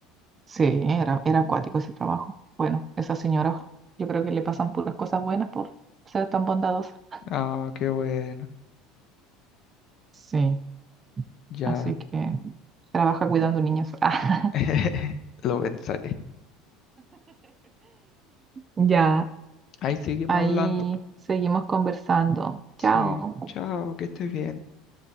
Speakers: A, on the right (about 20°); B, on the left (about 35°).
A: Sí, era, era acuático ese trabajo. Bueno, esa señora, yo creo que le pasan puras cosas buenas por ser tan bondadosa.
B: Ah, qué bueno.
A: Sí,
B: Ya
A: así que trabaja cuidando niños. <laughs> Ah.
B: <laughs> lo pensaré.
A: Ya,
B: Ahí seguimos
A: ahí
B: hablando, po.
A: seguimos conversando. Chao.
B: Sí. Chao, que estés bien.